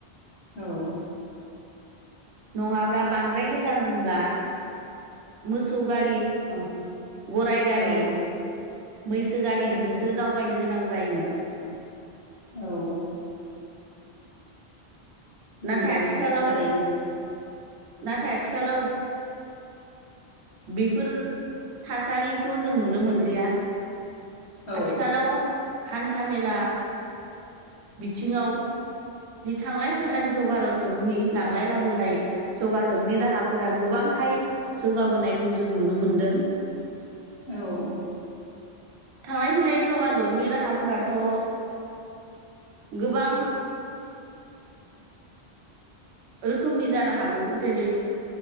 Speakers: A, on the left; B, on the right.
A: औ
B: नङाब्ला बांद्राय गोजानब्ला मोसौ गारि
A: औ
B: गराय गारि
A: औ
B: मैसो गारिजोंसो
A: औ
B: दावबायनो गोनां जायोमोन
A: औ नंगौ
B: नाथाय आथिखालाव
A: थारैनो
B: नाथाय आथिखालाव बेफोर थासारिखौ जों नुनो मोनलिया
A: औ
B: आथिखालाव हान्था मेला बिथिङाव जि थांलाय फैलाग जगार'जगनि लांलाय लाबोलाय जगा जगनि राहाफोरा गोबांहाय जौगाबोनायखौ जों नुनो मोनदों
A: औ
B: थांलाय फैलाय जगाजगनि राहाफोराथ' गोबां रोखोमनि जानो हागौ जेरै